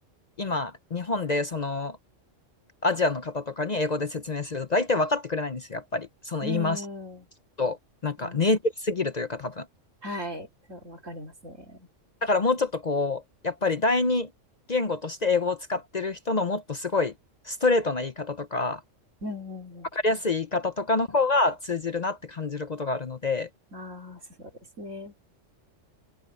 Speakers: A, on the left; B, on the right.
A: 今、日本でそのアジアの方とかに英語で説明すると大体分かってくれないんですよ、やっぱり。その言い回し
B: ん。うん。
A: と、なんかネイティブすぎるというか多分。
B: あ、はい。そう、わかりますね。
A: だからもうちょっとこう、やっぱり第二言語として英語を使ってる人のもっとすごいストレートな言い方とか、
B: うん、うん、
A: わかりやすい言い方とかの方が通じるなって感じることがあるので、
B: うん。ああ、そうですね。